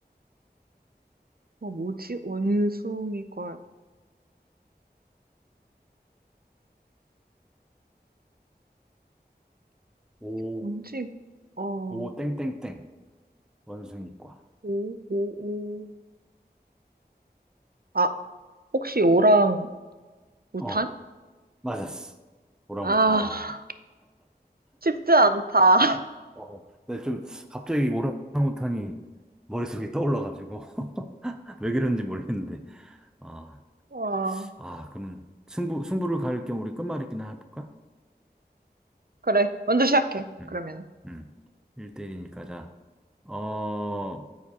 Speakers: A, on the right; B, in the centre.
A: 어, 뭐지? 원숭이과,
B: 오,
A: 뭔지, 어,
B: 오, 땡땡땡. 원숭이과.
A: 오, 오, 오. 아, 혹시 오랑 우탄?
B: 어, 맞았어. 오랑우탄.
A: 아, 쉽지 않다. <laughs>
B: 어, 어. 근데 좀 갑자기 오랑우탄이 머릿속에 떠올라가지고 <laughs> 왜 그런지 모르겠는데. 어,
A: 와,
B: 아, 그럼 승부 승부를 가릴 겸 우리 끝말잇기나 해볼까?
A: 그래, 먼저 시작해.
B: 음,
A: 그러면.
B: 음, 1대1이니까 자, 어,